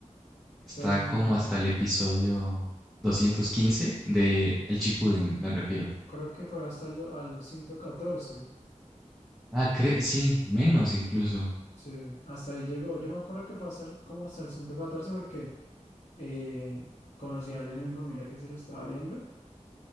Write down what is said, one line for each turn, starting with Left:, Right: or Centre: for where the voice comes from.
Centre: está
Left: Terminó,
Centre: como hasta el episodio 215 de El Chipuden, me refiero.
Left: creo que fue hasta el, do- al ciento catorce
Centre: Ah, cre- sí, menos incluso,
Left: Sí, hasta ahí llegó. Yo me acuerdo que fue hasta el- como hasta el 114 porque eh, conocí a alguien en mi familia que se lo estaba viendo